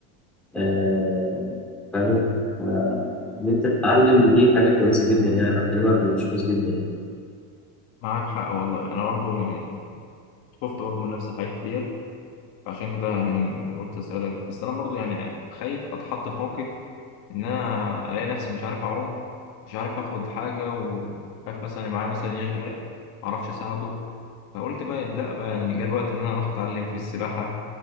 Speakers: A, in the centre; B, on the left.
A: آه، فاهم ف- إن أنت تتعلم دي حاجة كويسة جدا يعني بحترمها في الأشخاص جدا
B: معاك حق والله انا برضو يعني خفت برضو من نفس الحاجات ديت عشان كده يعني قلت اسالك بس انا برضو يعني خايف اتحط في موقف ان انا الاقي نفسي مش عارف اعوم مش عارف اخد حاجه وخايف مثلا اللي معايا مثلا يغرق معرفش اساعده فقلت بقى لا بقى يعني جه الوقت ان انا اروح اتعلم فيه السباحه